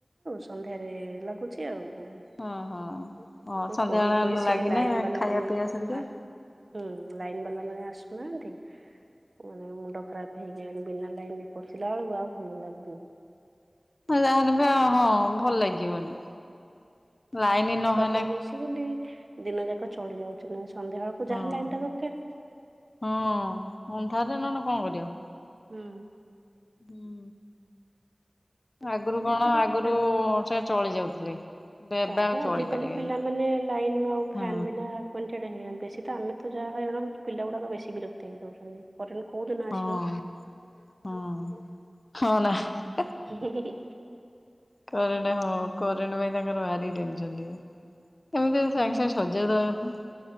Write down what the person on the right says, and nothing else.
ସନ୍ଧ୍ୟାରେ ଲାଗୁଚି ଆଉ।
ମୁଁ
କହି କହି ସେ
ଲାଇନ ବାଲା
ମାନେ
ଆ ହୁଁ ଲାଇନ୍ ବାଲା ମାନେ ଆସୁଚନ୍ତି। ମାନେ ମୁଣ୍ଡ ଖରାପ ହେଇ ଜୀବଣି ବିନା ଲାଇନରେ ପଶିଲା ବେଳକୁ ଆଉ ଭଲ ଲାଗୁନି।
ଟିକେ।
କହିଚି ବୋଲି ଦିନ ଯାକ ଚଳି ଯାଉଚୁ ନା ସନ୍ଧ୍ୟା ବେଳକୁ
ଯାହା ଲାଇନ ଟା ଦରକାର
ହୁଁ।
ଦେଖିବା
ତାଙ୍କ
ତାପରେ
ଆଜିକାଲି
ପିଲାମାନେ ଲାଇନ ଆଉ ଫ୍ୟାନ
ବିନା କ ହେଇଗଲା ବେଶୀ ତ ଆମେ ତ ଯାହା ହଇରାଣ ହୋଉଚୁ ପିଲା ଗୁଡାକ ବେଶୀ ବିକ୍ତ ହେଇଉଛନ୍ତି। ପଚାରୁଛନ୍ତି କୋଉଦିନ
ଆସିବ?
ହିଁ ହି।